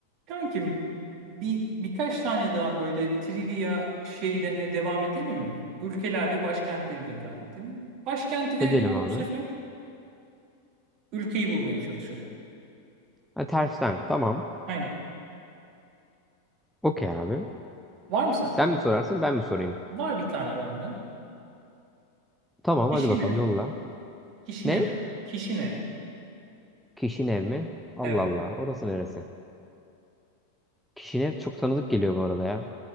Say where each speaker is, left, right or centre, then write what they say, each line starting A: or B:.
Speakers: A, on the right; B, in the centre.
A: Kankim bir birkaç tane daha böyle trivia şeyle ne devam edelim mi? Ülkeler ve başkentleriyle devam edelim. Başkenti verelim
B: Edelim
A: ama
B: abi.
A: bu sefer ülkeyi bulmaya çalışalım.
B: Ha, tersten. Tamam.
A: Aynen.
B: Okey abi.
A: Var mı sende?
B: Sen mi sorarsın ben mi sorayım?
A: Var bir tane bende.
B: Tamam
A: Kişinev.
B: hadi bakalım yolla.
A: Kişinev.
B: Ne?
A: Kişinev.
B: Kişinev mi? Allah
A: Evet.
B: Allah. Orası neresi? Kişinev çok tanıdık geliyor bu arada ya.